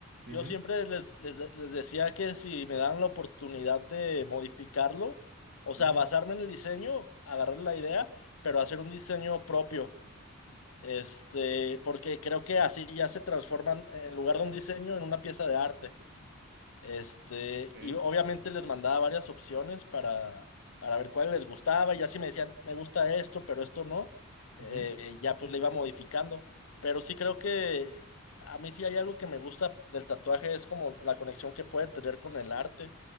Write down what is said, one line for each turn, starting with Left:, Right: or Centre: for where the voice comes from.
Right: Ujú,
Left: yo siempre les, les, les decía que si me daban la oportunidad de modificarlo, o sea,
Right: ujú,
Left: basarme en el diseño, agarrar la idea, pero hacer un diseño propio. Este, porque creo que así ya se transforman, en lugar de un diseño, en una pieza de arte. Este,
Right: ok,
Left: y obviamente les mandaba varias opciones para, para ver cuál les gustaba, y así me decían, me gusta esto, pero esto no, eh,
Right: ujú.
Left: ya pues le iba modificando. Pero sí creo que a mí sí hay algo que me gusta del tatuaje, es como la conexión que puede tener con el arte.